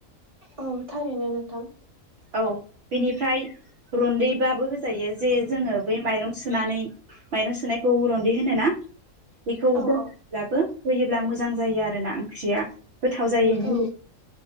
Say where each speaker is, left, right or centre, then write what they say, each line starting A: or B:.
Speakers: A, on the right; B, on the right.
A: औ थारैनो नोंथां।
B: औ बेनिफ्राय रुन्दैबाबो होजायो जे जोङो बै माइरं सुनानै माइरं सुनायखौ रन्दै होनो ना? बेखौ
A: औ
B: दोनब्लाबो
A: औ
B: होयोब्ला मोजां जायो आरोना ओंख्रिया। गोथाव जायो मुलि
A: औ